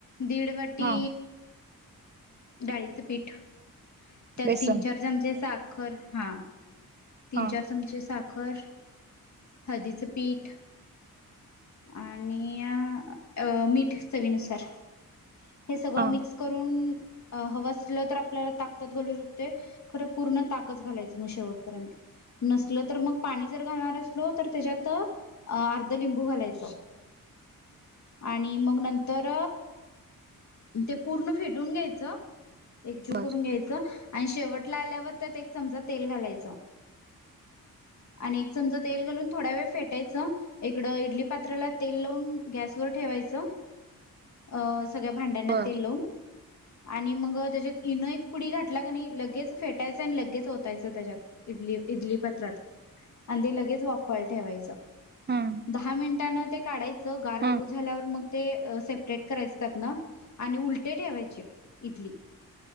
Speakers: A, on the left; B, on the right.
A: दीड वाटी
B: हा
A: डाळीचं पीठ त्यात
B: बेसन
A: तीन चार चमचे सा खर हा. तीन
B: हा
A: चार चमचे सा खर हळदीच पीठ आणि अ मीठ चवीनुसार हे सगळं
B: हा
A: मिक्स करून हवां असलं तर आपल्याला ताक त्यात घालू शकते खरं पूर्ण ताकच घालायचं मग शेवटपर्यंत नसल तर मग पाणी जर घालणार असलो तर त्याच्यात अर्ध लिंबू घालायच. आणि मग नंतर ते पूर्ण फेटून घ्यायचं. एकजीव
B: बर
A: करून घ्यायच. आणि शेवटला आल्यावर त्यात एक चमचात तेल घालायचं. आणि एक चमच तेल घालून थोड वेळ फेटायचं. इकड इडली प पात्र तेल लावून गॅस वर ठेवायचं. अ सगळ्या भांड्यांना
B: बर
A: तेल लावून आणि मग त्याच्यात इनो एक पुडी घाातला क नाही लगेच फेटायचं आणि लगेच ओतायचं त्याच्यात इडली इडली पत्रात आणि ते लगेच वाफावायला ठेवायचं.
B: हम्म
A: दहा मिनट ते नवं ते काढायचं? स गारं
B: हम्म
A: झाल्यावर मग ते सेपरेट करायच त्यातन आणि उलटे ठेवायचे इडली